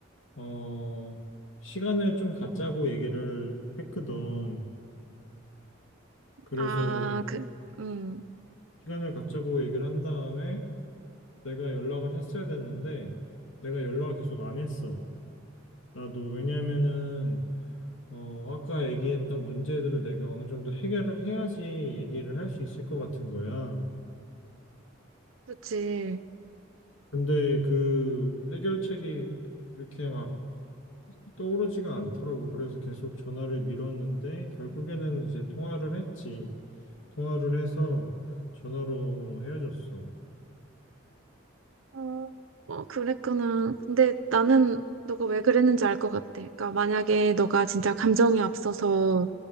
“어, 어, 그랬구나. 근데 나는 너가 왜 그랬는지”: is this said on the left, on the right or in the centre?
Right